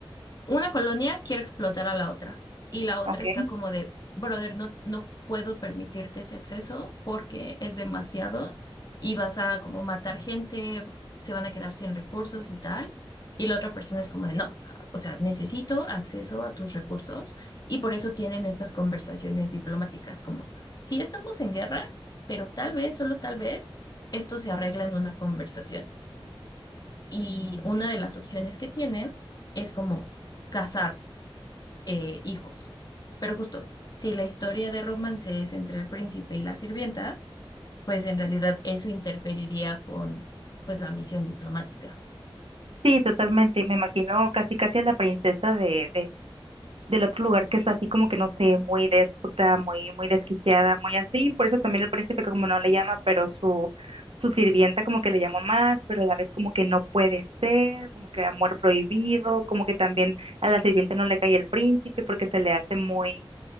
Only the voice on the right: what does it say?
ok.
Sí, totalmente, me imagino casi casi a la princesa de, del del otro lugar que es así como que no sé, muy déspota, muy, muy desquiciada, muy así, por eso también el príncipe como no le llama, pero su, su sirvienta como que le llamó más, pero a la vez como que no puede ser, como que amor prohibido, como que también a la sirvienta no le cae el príncipe porque se le hace muy,